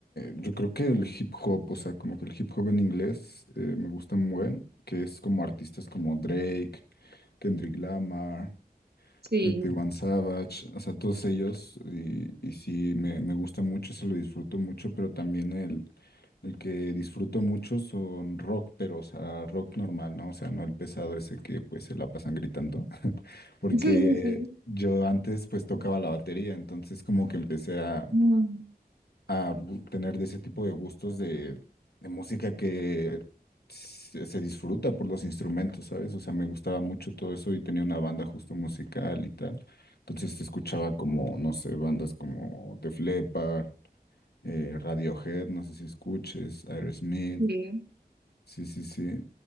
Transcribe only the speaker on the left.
yo creo que el hip hop, o sea, como que el hip hop en inglés eh, me gusta muy buen, que es como artistas como Drake, Kendrick Lamar,
21 Savage, o sea, todos ellos, y, y sí, me, me gusta mucho, se lo disfruto mucho, pero también el, el que disfruto mucho son rock, pero, o sea, rock normal, ¿no? O sea, no el pesado ese que, pues, se la pasan gritando, <laughs>
porque
yo antes, pues, tocaba la batería, entonces como que empecé a,
a gu- tener de ese tipo de gustos de, de música que se, se disfruta por los instrumentos, ¿sabes? O sea, me gustaba mucho todo eso y tenía una banda justo musical y tal. Entonces escuchaba como, no sé, bandas como Def Leppard, eh, Radiohead, no sé si escuches, Aerosmith,
sí, sí, sí.